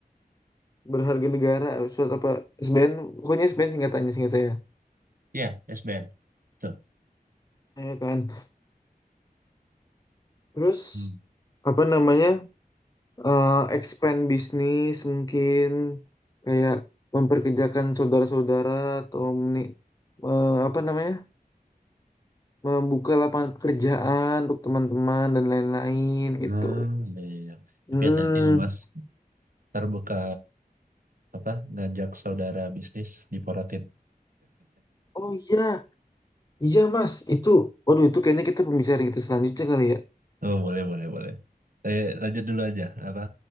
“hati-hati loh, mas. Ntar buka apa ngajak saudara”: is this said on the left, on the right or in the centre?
Right